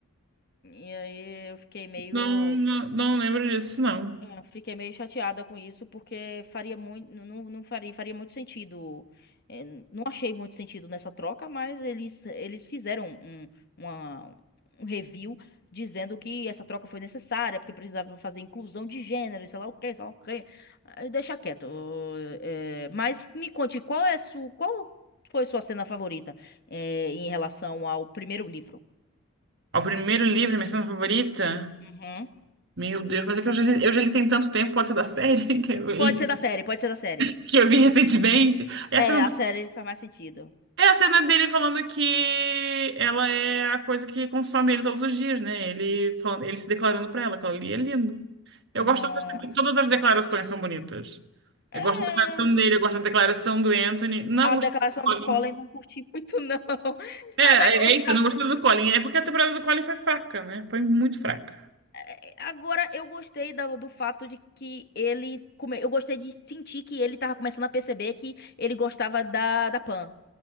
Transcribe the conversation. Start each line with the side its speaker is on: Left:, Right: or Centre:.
Left: E aí eu fiquei meio.
Right: Não, não, não lembro disso, não.
Left: É, fiquei meio chateada com isso, porque faria muito, não, não faria, faria muito sentido. é, não achei muito sentido nessa troca, mas eles, eles fizeram um, uma- um review dizendo que essa troca foi necessária, porque precisava fazer inclusão de gênero, e sei lá o quê, sei lá o quê. Aí Deixa quieto. é, mas me conte, qual é su, qual foi sua cena favorita, é, em relação ao primeiro livro?
Right: Ao primeiro livro, minha cena favorita?
Left: Uhum.
Right: Meu Deus, mas é que eu já, li- eu já li tem tanto tempo, pode ser da série <laughs> que eu, e-
Left: Pode ser da série, pode ser da série.
Right: que eu vi recentemente. É
Left: É,
Right: a cena,
Left: a série faz mais sentido.
Right: é a cena dele falando que ela é a coisa que consome ele todos os dias, né? Ele, falando, ele se declarando pra ela, que ela ali é lindo. Eu
Left: Nossa.
Right: gosto, todas as todas as declarações são bonitas.
Left: É.
Right: Eu gosto da declaração dele, eu gosto da declaração do Anthony. Não
Left: A
Right: gostei
Left: declaração
Right: do Colin.
Left: do Collor eu não curti muito, não. <laughs>
Right: É,
Left: A
Right: é
Left: declaração.
Right: é isso, eu não gostei do Colin. É porque a temporada do Colin foi fraca, né? Foi muito fraca.
Left: é, Agora, eu gostei da- do fato de que ele. come- Eu gostei de sentir que ele tava começando a perceber que ele gostava da, da Pan.